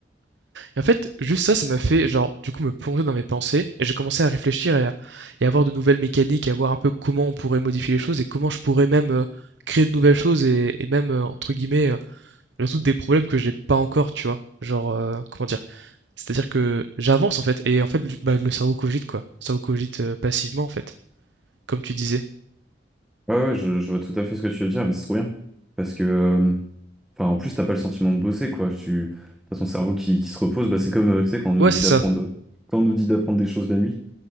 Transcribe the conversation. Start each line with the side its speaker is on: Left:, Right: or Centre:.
Right: Et en fait, juste ça, ça m'a fait, genre, du coup, me plonger dans mes pensées et j'ai commencé à réfléchir et à, et à voir de nouvelles mécaniques, à voir un peu comment on pourrait modifier les choses et comment je pourrais même euh, créer de nouvelles choses et, et même, euh, entre guillemets, euh, résoudre des problèmes que j'ai pas encore, tu vois. Genre, euh, comment dire? C'est-à-dire que j'avance en fait et en fait, le- bah, le cerveau cogite quoi. Le cerveau cogite euh, passivement en fait, comme tu disais.
Centre: Ouais, ouais, je, je vois tout à fait ce que tu veux dire, mais c'est trop bien. Parce que, euh, enfin, en plus, t'as pas le sentiment de bosser, quoi. Tu, t'as ton cerveau qui, qui se repose. Bah, c'est comme, euh, tu sais, quand on nous
Right: Ouais,
Centre: dit
Right: c'est
Centre: d'apprendre,
Right: ça.
Centre: quand on nous dit d'apprendre des choses la nuit